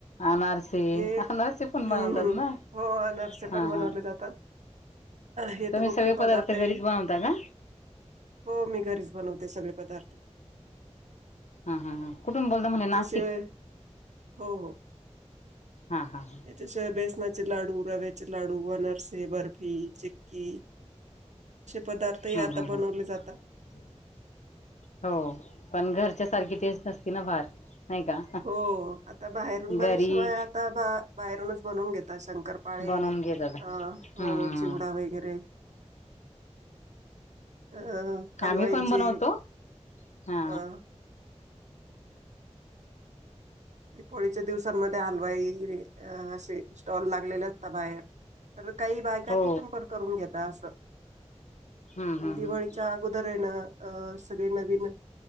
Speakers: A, on the left (about 80°); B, on the right (about 80°).
A: अनारसे
B: हे
A: अनारसे पण
B: हम्मम्म
A: बनवतात ना
B: हो आनरसे
A: हा
B: पण बनवले
A: हा
B: जातात हे
A: तुम्ही
B: तर मुख्य
A: सगळे
B: पदार्थ
A: घरीच
B: आहे
A: बनवता का
B: हो मी घरीच बनवते सगळे पदार्थ
A: हा हा हा कुठुून बोलत म्हणे
B: याच्याशिवाय
A: नाशिक
B: हो
A: हा हा हा
B: होच्या बेसना लाडू रवेचे लाडू अनारसे बर्फी चिक्की पदार्थही
A: हम
B: आता
A: ह
B: बनवले
A: ह
B: जातात.
A: हो पण घर त्यासारखी टेस्ट नसती ना फार नाही का
B: हो आता बाहेरून
A: घरी
B: बरेचशिवाय आता बाहेरूनच बनवून घेतात शंकरपाळे
A: बनवून घेतात
B: अ हो
A: हम्म
B: चिवडा वगैरे अ हलवाईंची
A: आम्ही पण बनवतो हा
B: अ दिीपोळीच्या दिवसांमध्ये हलवाई अ असे स्टॉल लागलेले असतात बाहेर तर काही बायका
A: हो
B: तिथून पण करून घेतात असं
A: हम्म
B: आणि
A: हम्म
B: दिवाळीच्या
A: हम्म
B: अगोदर आहे ना अ सगळे नवीन